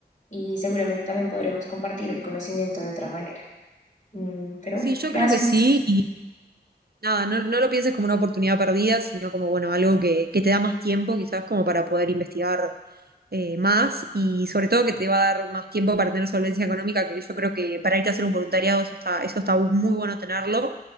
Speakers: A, on the left; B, on the right.
A: Y seguramente también podremos compartir el conocimiento de otra manera. Mm, pero
B: sí,
A: bueno,
B: yo
A: gracias.
B: creo que sí. Nada, no, no lo pienses como una oportunidad perdida, sino como, bueno, algo que, que te da más tiempo quizás como para poder investigar eh, más y sobre todo que te va a dar más tiempo para tener solvencia económica, que yo creo que para irte a hacer un voluntariado eso está, eso está muy bueno tenerlo.